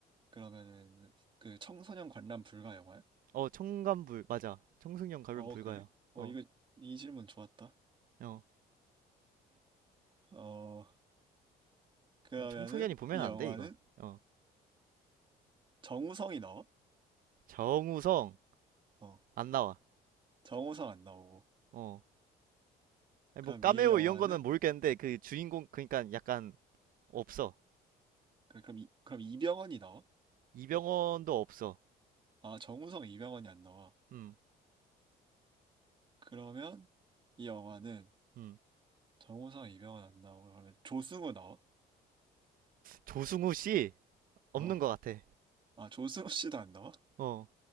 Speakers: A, on the right; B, on the right.
A: 그러면은 그 청소년 관람 불가 영화야?
B: 어, 청간불, 맞아. 청소년 가면
A: 어
B: 불가야.
A: 그래? 어
B: 어,
A: 이거 이 질문 좋았다.
B: 어.
A: 어 그러면은
B: 이건 청소년이 보면
A: 이
B: 안
A: 영화는
B: 돼, 이건. 어.
A: 정우성이 나와?
B: 정우성,
A: 어
B: 안 나와.
A: 정우성 안 나오고
B: 어. 아니,
A: 그럼
B: 뭐, 까메오
A: 이 영화는
B: 이런 거는 모르겠는데, 그 주인공, 그니까 약간, 없어.
A: 그- 그럼 이, 그럼 이병헌이 나와?
B: 이병헌도 없어.
A: 아 정우성 이병헌이 안 나와.
B: 음,
A: 그러면 이 영화는
B: 음.
A: 정우성, 이병헌 안 나오고 그러면 조승우 나와?
B: 조승우 씨, 없는
A: 어.
B: 것 같아.
A: 아, 조승우 씨도 안 나와?
B: 어,